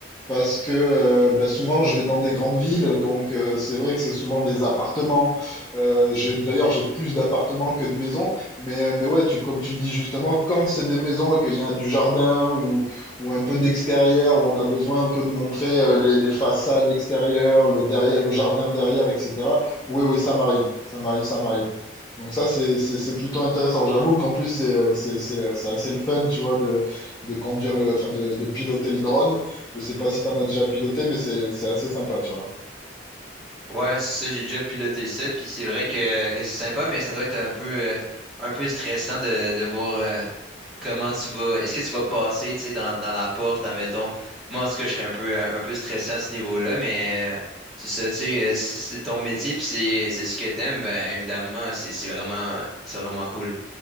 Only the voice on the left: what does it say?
parce que euh, ben, souvent je vais dans des grandes villes, donc euh, c'est vrai que c'est souvent des appartements. Euh, j'ai- d'ailleurs j'ai plus d'appartements que de maisons, mais euh, mais ouais, tu comme tu le dis justement, quand c'est des maisons et qu'il y a du jardin ou ou un peu d'extérieur où on a besoin un peu de montrer euh, les les façades extérieures, le derrière, le jardin derrière, etc. Oui oui, ça m'arrive, ça m'arrive, ça m'arrive. Donc ça, c'est c'est- c'est plutôt intéressant. J'avoue qu'en plus, c'est euh, c'est- c'est, euh, c'est assez le fun, tu vois, de, de conduire le, enfin, de, de piloter le drone. Je sais pas si t'en as déjà piloté, mais c'est c'est assez sympa, tu vois.